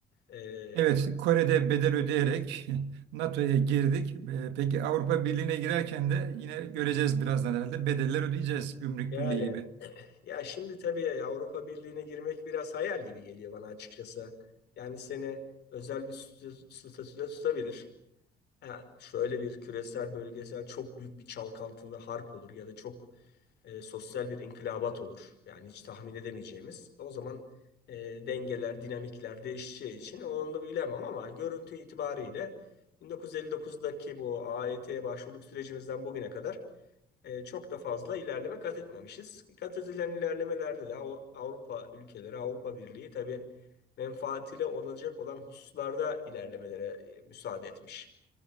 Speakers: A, on the left (about 75°); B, on the right (about 80°).
A: E,
B: Evet, Kore'de bedel ödeyerek <laughs> NATO'ya girdik. Ee, Peki Avrupa Birliği'ne girerken de yine göreceğiz birazdan herhalde bedeller ödeyeceğiz Gümrük
A: yani
B: Birliği gibi.
A: ya şimdi tabii Avrupa Birliği'ne girmek biraz hayal gibi geliyor bana açıkçası. Yani seni özel bir statüde tutabilir. Ha, şöyle bir küresel bölgesel çok büyük bir çalkantılı harp olur ya da çok e, sosyal bir inkılabat olur. Yani hiç tahmin edemeyeceğimiz. O zaman e, dengeler, dinamikler değişeceği için onu da bilemem ama görüntü itibariyle 1959'daki bu AYT başvuruluk sürecimizden bugüne kadar e, çok da fazla ilerleme kat etmemişiz. Kat edilen ilerlemelerde de Av- Avrupa ülkeleri, Avrupa Birliği tabii menfaatiyle olacak olan hususlarda ilerlemelere e, müsaade etmiş.